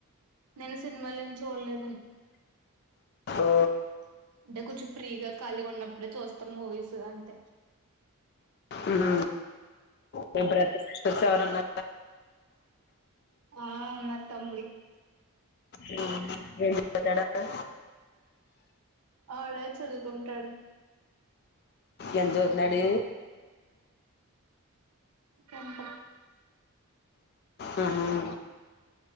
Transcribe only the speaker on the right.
నేను సినిమాలు ఏమి చూడలేదండీ
అంటే కొంచెం ఫ్రీగా ఖాళీగా ఉన్నప్పుడే చూస్తాం మూవీస్ అంతే
ఆ ఉన్నాడు తముడి
ఆడే చదువుకుంటాడు
టెన్త్